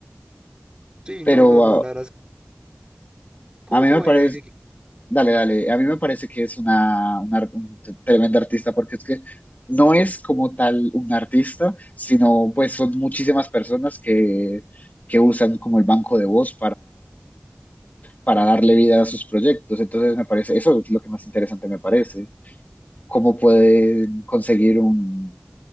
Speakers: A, on the right; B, on the left.
A: Sí,
B: pero
A: no, no, no,
B: ah,
A: la verdad es, ¿cómo,
B: a, mí
A: cómo?
B: me parece,
A: eh, que- que-
B: dale, dale, a mí me parece que es una, una ar- un t- tremenda artista, porque es que no es como tal un artista, sino pues son muchísimas personas que, que usan como el banco de voz para darle vida a sus proyectos. Entonces me parece, eso es lo que más interesante me parece, cómo pueden conseguir un,